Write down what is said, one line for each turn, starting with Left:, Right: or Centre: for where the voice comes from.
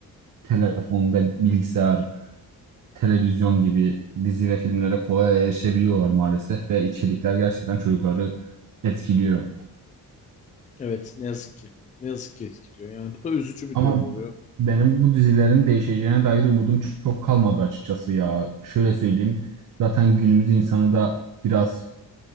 Right: telefon ve bilgisayar, televizyon gibi dizi ve filmlere kolay erişebiliyorlar maalesef ve içerikler gerçekten çocukları etkiliyor.
Left: Evet, ne yazık ki. Ne yazık ki etkiliyor. Yani bu da üzücü bir
Right: Ama
Left: durum oluyor.
Right: benim bu dizilerin değişeceğine dair umudum çok kalmadı açıkçası ya. Şöyle söyleyeyim. Zaten günümüz insanı da biraz